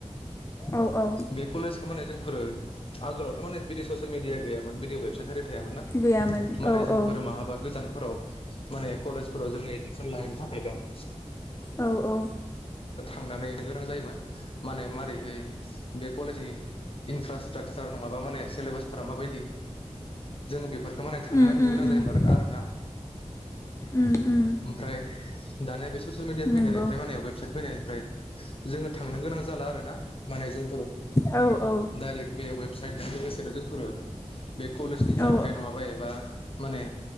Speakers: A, on the left (about 25°); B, on the left (about 50°).
A: औ औ
B: बे कलेजखौ माने जों आगोलावथ' माने बिदि ससेल मिडया गैयामोन बिदि वेबसाइट आरि थायामोन ना
A: गैयामोन
B: माने
A: औ
B: जोंफोर
A: औ
B: माहाबा गोजानफोराव माने कलेजफोराव जों‌ एडमिसन लाहैनो थाखायल'
A: औ औ
B: थांनानैनो लानो गोनां जायोमोन माने मारैहाय बे कलेजनि इनफ्रा स्टाकसार नङाबा माने सिलेबासफोरा माबायदि जों बेफोर थारमाने थांना
A: उम
B: नाहैनो
A: उम
B: गोनां
A: उम
B: जायोमोन आरोना आरोना
A: उम उम
B: ओमफ्राय दानिया बे ससेल मिडिया फैनानै
A: नंगौ
B: बे माने वेबसाइट ओमफ्राय जोङो थांनो गोनां जाला आरोना माने जों
A: औ औ
B: डाइरेक्ट बे वेबसाइटजों लोगोसेनो जों फोरो बे कलेजनि
A: औ
B: जाथाय नङाबा एबा माने